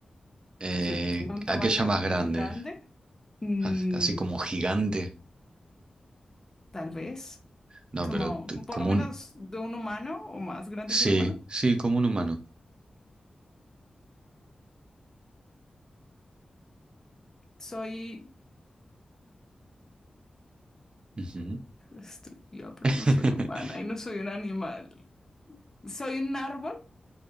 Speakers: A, on the right; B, on the left.
A: Eh,
B: o sea, tengo un tamaño
A: aquella más grande,
B: eh, grande, Mm,
A: as- así como gigante.
B: tal vez,
A: No,
B: como
A: pero t-
B: por
A: como
B: lo menos
A: un...
B: de un humano o más grande
A: Sí,
B: que un humano.
A: sí, como un humano.
B: Soy,
A: Ujú.
B: estoy viva, pero
A: <laughs>
B: no soy humana y no soy un animal. ¿Soy un árbol?